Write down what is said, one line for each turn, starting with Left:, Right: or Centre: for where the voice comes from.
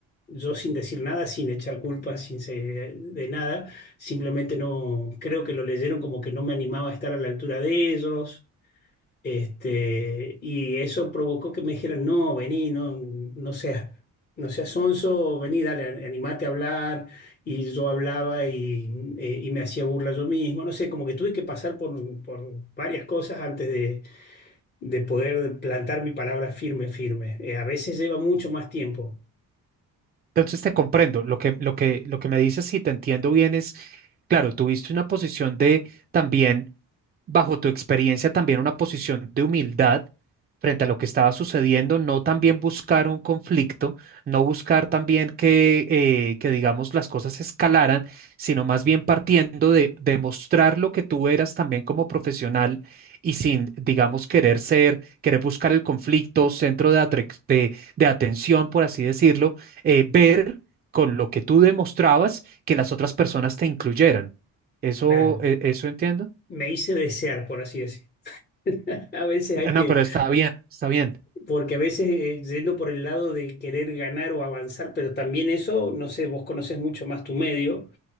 Left: yo sin decir nada, sin echar culpas, sin se- de nada, simplemente no, creo que lo leyeron como que no me animaba a estar a la altura de ellos este, y eso provocó que me dijeran, no, vení, no, no seas, no seas sonso, vení, dale, animate a hablar. Y yo hablaba y, eh, y me hacía burla yo mismo, no sé, como que tuve que pasar por, por varias cosas antes de, de poder plantar mi palabra firme, firme. Eh, a veces lleva mucho más tiempo,
Right: Entonces te comprendo. Lo que, lo que, lo que me dices, si te entiendo bien, es, claro, tuviste una posición de también bajo tu experiencia también una posición de humildad frente a lo que estaba sucediendo, no también buscar un conflicto, no buscar también que, eh, que digamos, las cosas escalaran, sino más bien partiendo de demostrar lo que tú eras también como profesional y sin, digamos, querer ser, querer buscar el conflicto, centro de, atrec- de, de atención, por así decirlo, eh, ver con lo que tú demostrabas que las otras personas te incluyeran. ¿Eso,
Left: claro.
Right: eh, eso entiendo?
Left: Me hice desear, por así decir. <laughs> A veces hay
Right: Eh,
Left: que,
Right: No, pero está bien, está bien.
Left: porque a veces eh, yendo por el lado de querer ganar o avanzar, pero también eso, no sé, vos conoces mucho más tu medio